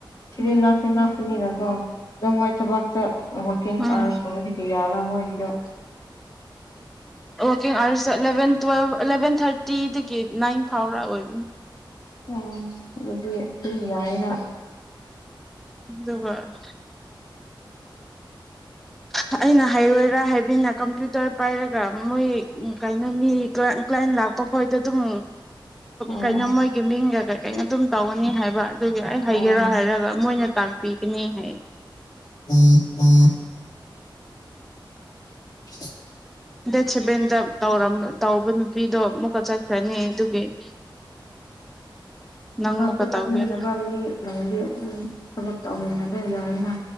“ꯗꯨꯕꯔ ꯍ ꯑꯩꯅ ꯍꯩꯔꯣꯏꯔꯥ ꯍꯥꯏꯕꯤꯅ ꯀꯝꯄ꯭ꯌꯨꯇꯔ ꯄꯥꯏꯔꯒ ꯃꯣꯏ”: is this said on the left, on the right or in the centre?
Centre